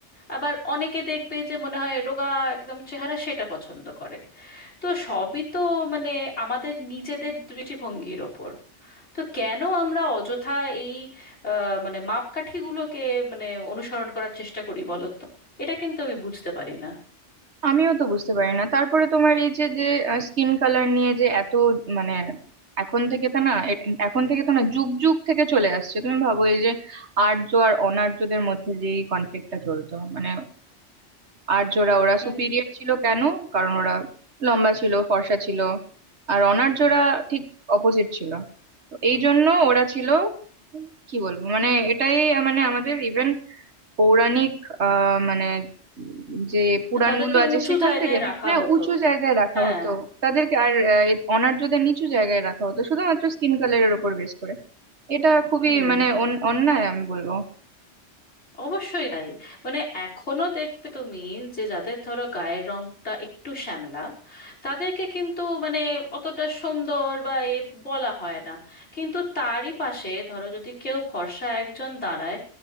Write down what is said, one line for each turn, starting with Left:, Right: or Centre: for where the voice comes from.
Left: আবার অনেকে দেখবে যে মনে হয় রোগা একদম চেহারা সেটা পছন্দ করে তো সবই তো মানে আমাদের নিজেদের দৃষ্টিভঙ্গির ওপর তো কেন আমরা অযথা এই আহ, মানে মাপকাঠিগুলোকে মানে অনুসরণ করার চেষ্টা করি বলো তো এটা কিন্তু আমি বুঝতে পারি না
Right: আমিও তো বুঝতে পারি না তারপরে তোমার এই যে যে স্কিন কালার নিয়ে যে এত মানে এখন থেকে তো না এ- এখন থেকে তো না যুগ যুগ থেকে চলে আসছে তুমি ভাবো এই যে আর্য আর অনার্যদের মধ্যে যে কনফ্লিক্টটা চলতো মানে আর্যরা ওরা
Left: হুম
Right: সুপিরিয়র ছিল কেন কারণ ওরা লম্বা ছিল ফর্সা ছিল আর অনার্যরা ঠিক অপোজিট ছিল তো এই জন্য ওরা ছিল কি বলবো মানে এটাই মানে আমাদের ইভেন পৌরাণিক আহ মানে উম যে পুরাণগুলো
Left: তাদেরকে
Right: আছে
Left: উঁচু
Right: সেখান
Left: জায়গায়
Right: থেকে
Left: রাখা
Right: না
Left: হতো
Right: উঁচু জায়গায় রাখা
Left: হ্যাঁ
Right: হতো তাদেরকে আর অনার্যদের নিচু জায়গায় রাখা হতো শুধুমাত্র স্কিন কালারের উপর বেস করে এটা খুবই
Left: হুম
Right: মানে
Left: হুম
Right: অন- অন্যায় আমি বলবো
Left: অবশ্যই তাই মানে এখনো দেখবে তুমি যে যাদের ধরো গায়ের রংটা একটু শ্যামলা তাদেরকে কিন্তু মানে অতটা সুন্দর বা এ বলা হয় না কিন্তু তারই পাশে ধরো যদি কেউ ফর্সা একজন দাঁড়ায়